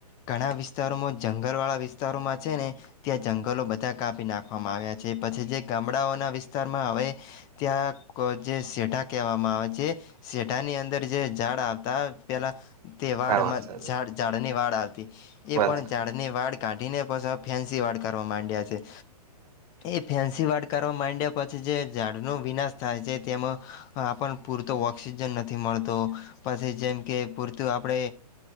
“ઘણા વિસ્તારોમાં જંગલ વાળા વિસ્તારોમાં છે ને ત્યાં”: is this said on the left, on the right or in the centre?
Left